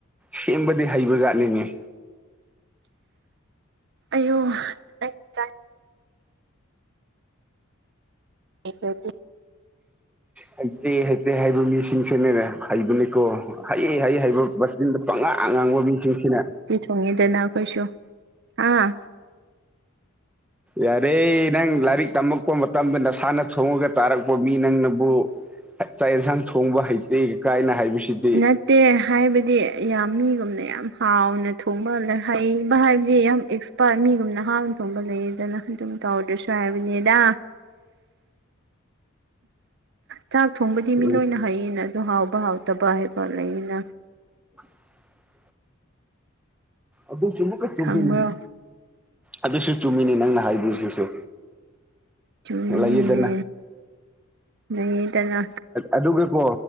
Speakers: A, in the centre; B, on the right (about 55°).
A: ꯁꯦꯝꯕꯗꯤ ꯍꯩꯕ ꯖꯥꯠꯅꯤꯅꯦ
B: ꯑꯌꯣ <unintelligible> <unintelligible>
A: ꯍꯩꯇꯦ ꯍꯩꯇꯦ ꯍꯥꯏꯕ ꯃꯤꯁꯤꯡꯁꯤꯅꯦꯅꯦ ꯍꯩꯕꯅꯤꯀꯣ ꯍꯩ ꯍꯩ ꯍꯩꯕ ꯕꯁꯇꯤꯟꯗ ꯄꯉꯥꯡ ꯉꯥꯡꯕ ꯃꯤꯁꯤꯡꯁꯤꯅꯦ
B: ꯐꯣꯡꯉꯤꯗꯅ ꯑꯩꯈꯣꯏꯁꯨ ꯑꯥ
A: ꯌꯥꯔꯦ ꯅꯪ ꯂꯥꯏꯔꯤꯛ ꯇꯝꯃꯛꯄ ꯃꯇꯝꯗ ꯅꯁꯥꯅ ꯊꯣꯡꯉꯒ ꯆꯥꯔꯛꯄ ꯃꯤ ꯅꯪꯅꯕꯨ ꯆꯥꯛ ꯌꯦꯟꯁꯥꯡ ꯊꯣꯡꯕ ꯍꯩꯇꯦꯒ ꯀꯥꯏꯅ ꯍꯥꯏꯕꯁꯤꯗꯤ
B: <unintelligible> ꯇꯦ ꯍꯥꯏꯕꯗꯤ ꯌꯥꯝ ꯃꯤꯒꯨꯝꯅ ꯌꯥꯝ ꯍꯥꯎꯅ ꯊꯣꯡꯕ ꯍꯩꯕ ꯍꯥꯏꯕꯗꯤ ꯌꯥꯝ ꯃꯤꯒꯨꯝꯅ ꯍꯥꯎꯅ ꯊꯣꯡꯕ ꯂꯩꯌꯦꯗꯅ ꯑꯗꯨꯝ ꯇꯧꯗ꯭ꯔꯁꯨ ꯍꯥꯏꯕꯅꯦꯗ ꯆꯥꯛ ꯊꯣꯡꯕꯗꯤ
A: ꯎꯝ
B: ꯃꯤ ꯂꯣꯏꯅ ꯍꯩꯌꯦꯅ ꯑꯗꯨ ꯍꯥꯎꯕ ꯍꯥꯎꯇꯕ ꯍꯥꯏꯕ ꯂꯩꯌꯦꯅ
A: <inaudible> ꯑꯗꯨꯁꯨ ꯑꯃꯨꯛꯀ ꯆꯨꯝꯃꯤꯅꯤ
B: ꯈꯪꯕ꯭ꯔꯣ
A: ꯑꯗꯨꯁꯨ ꯆꯨꯝꯃꯤꯅꯤ ꯅꯪꯅ ꯍꯥꯏꯕꯤꯔꯤꯁꯤꯁꯨ
B: ꯆꯨꯝꯕꯅꯤꯅꯦ
A: ꯂꯩꯌꯦꯗꯅ
B: ꯂꯩꯗꯅ
A: ꯑꯗꯨꯒꯀꯣ